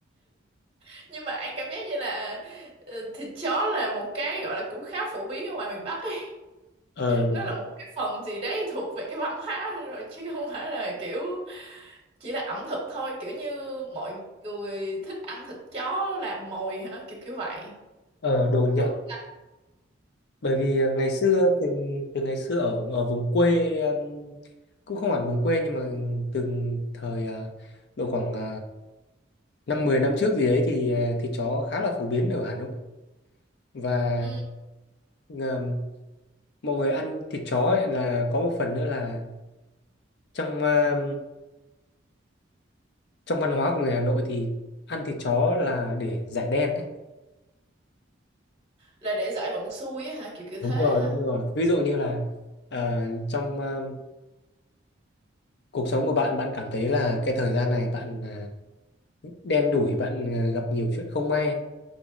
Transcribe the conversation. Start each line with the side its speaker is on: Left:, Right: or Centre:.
Right: <laughs> nhưng mà anh cảm giác như là ờ, thịt chó là một cái gọi là cũng khá phổ biến ở ngoài miền Bắc ấy
Left: ờ đúng
Right: nó là một cái phần gì đấy thuộc về cái văn hóa luôn rồi chứ không phải là kiểu chỉ là ẩm thực thôi kiểu như mọi người thích ăn thịt chó làm mồi hả kiểu kiểu vậy
Left: ờ đồ nhậu
Right: đúng không?
Left: bởi vì ờ, ngày xưa từ từ ngày xưa ở ở vùng quê ừm, cũng không hẳn vùng quê nhưng mà từ thời ờ, độ khoảng ờ, năm 10 năm trước gì đấy thì ờ, thịt chó khá là phổ biến ở Hà Nội và
Right: Ừ,
Left: ờm, mọi người ăn thịt chó ấy là có một phần nữa là trong ờ, trong văn hóa của người Hà Nội thì ăn thịt chó là để giải đen đấy
Right: là để giải vận xui á hả kiểu kiểu
Left: đúng
Right: thế
Left: rồi
Right: hả
Left: đúng rồi ví dụ như là ờ, trong ờ, cuộc sống của bạn bạn cảm thấy là cái thời gian này bạn ờ, đen đủi bạn ờ, gặp nhiều chuyện không may